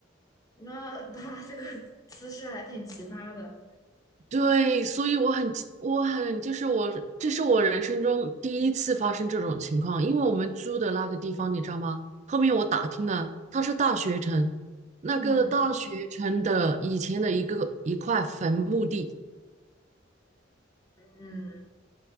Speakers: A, on the left; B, on the right.
A: 那他 <laughs> 这个姿势还挺奇葩的。
B: 对，所以我很，我很，就是我，这是我人生中第一次发生这种情况。因为我们租的那个地方，你知道吗？后面我打听了，它是大学城，那个大学城的以前的一个一块坟墓地。
A: 嗯嗯